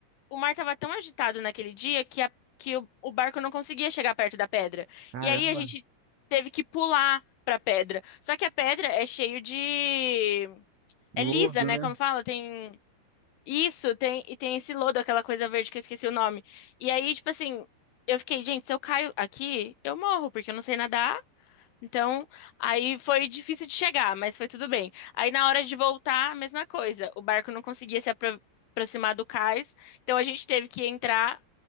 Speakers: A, on the left; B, on the right.
A: o mar tava tão agitado naquele dia que, a- que o, o barco não conseguia chegar perto da pedra.
B: Caramba,
A: E aí a gente teve que pular pra pedra. Só que a pedra é cheio de...
B: lodo,
A: É lisa, né?
B: né?
A: Como fala, tem isso, tem e tem esse lodo, aquela coisa verde que eu esqueci o nome. E aí, tipo assim, eu fiquei, gente, se eu caio aqui, eu morro, porque eu não sei nadar então, aí foi difícil de chegar, mas foi tudo bem. Aí na hora de voltar, a mesma coisa. O barco não conseguia se apro- aproximar do cais, então a gente teve que entrar